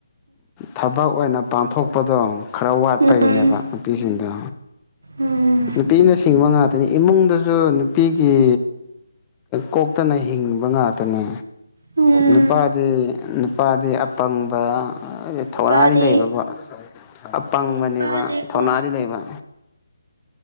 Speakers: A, on the left; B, on the right.
A: ꯊꯕꯛ ꯑꯣꯏꯅ ꯄꯥꯡꯊꯣꯛꯄꯗꯣ ꯈꯔ ꯋꯥꯠꯄꯒꯤꯅꯦꯕ
B: ꯎꯝ
A: ꯅꯨꯄꯤꯁꯤꯡꯗꯣ
B: ꯎꯝ
A: ꯅꯨꯄꯤꯅ ꯁꯤꯡꯕ ꯉꯥ ꯇꯅꯤ ꯏꯃꯨꯡꯗꯁꯨ ꯅꯨꯄꯤꯒꯤ ꯀꯣꯛꯇꯅ ꯍꯤꯡꯕ ꯉꯥꯛꯇꯅꯤ
B: ꯎꯝ
A: ꯅꯨꯄꯥꯗꯤ ꯅꯨꯄꯥꯗꯤ ꯑꯄꯪꯕ ꯊꯧꯅꯥꯗꯤ
B: ꯅꯨꯄꯥꯗꯤ
A: ꯂꯩꯕꯀꯣ ꯑꯄꯪꯕꯅꯦꯕ
B: ꯅꯨꯄꯥꯗꯤꯀꯣ
A: ꯊꯧꯅꯥꯗꯤ ꯂꯩꯕ